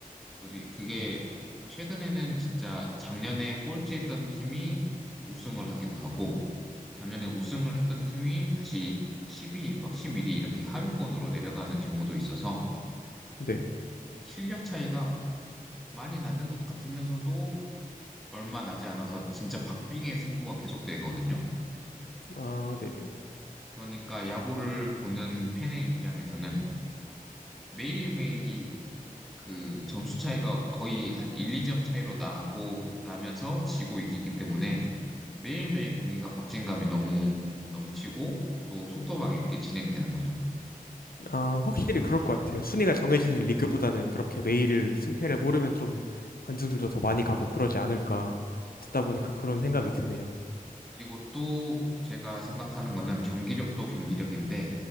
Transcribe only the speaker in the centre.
그리 그게 최근에는 진짜 작년에 꼴찌했던 팀이 우승을 하기도 하고 작년에 우승을 했던 팀이 다시 10위, 막 11위 이렇게 하위권으로 내려가는 경우도 있어서
시- 실력 차이가 많이 나는 것 같으면서도 얼마 나지 않아서 진짜 박빙의 승부가 계속되거든요.
그러니까 야구를 보는 팬의 입장에서는 매일매일이 그 점수 차이가 거의 한 1, 2점 차이로 나고 나면서 지고 이기기 때문에 매일매일 경기가 박진감이 너무 넘치고 또 속도감 있게 진행되는 거죠.
확실히
그럴
것 같아요.
네.
네.
그리고 또 제가 생각하는 거는 경기력도 경기력인데